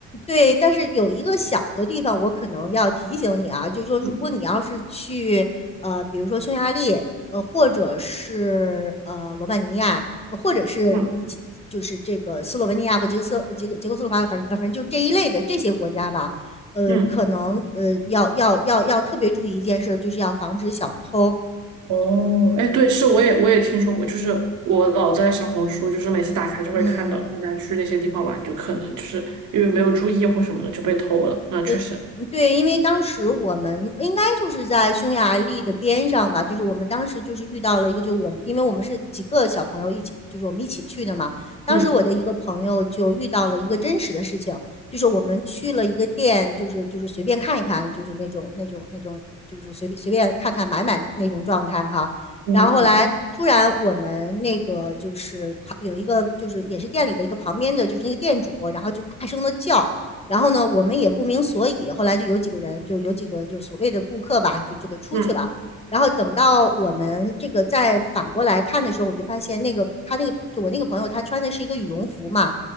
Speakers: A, on the left; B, on the right.
A: 对，但是有一个小的地方，我可能要提醒你啊，就是说，
B: 嗯
A: 如果你要是去呃，比如说匈牙利，呃，或者是呃罗马尼亚，或者是几就是这个斯洛文尼亚或捷克斯捷克捷克斯洛伐克，
B: 嗯
A: 反正反正就这一类的这些国家吧，呃，
B: 嗯，
A: 可能呃要要要要特别注意一件事就是要防止小偷。
B: 哦，哎，对，是，我也我也听说过，就是我老在小红书，就是每次打开就会看到大家去那些地方玩，
A: 嗯，
B: 就可能就是因为没有注意或什么的就被偷了。那确实，
A: 呃，嗯对，因为当时我们应该就是在匈牙利的边上吧，就是我们当时就是遇到了一个，就我们因为我们是几个小朋友一起，就是我们一起去的嘛。当时我的一个朋友就遇到了一个真实的事情，
B: 嗯
A: 就是我们去了一个店，就是就是随便看一看，就是那种那种那种，就是随便随便看看买买那种状态哈。
B: 嗯
A: 然后后来突然我们那个就是旁有一个就是也是店里的一个旁边的就是那个店主，然后就大声的叫。然后呢，我们也不明所以，后来就有几个人，就有几个就所谓的顾客吧，就就给出去了。
B: 嗯
A: 然后等到我们这个再反过来看的时候，我就发现那个他那个就我那个朋友，他穿的是一个羽绒服嘛，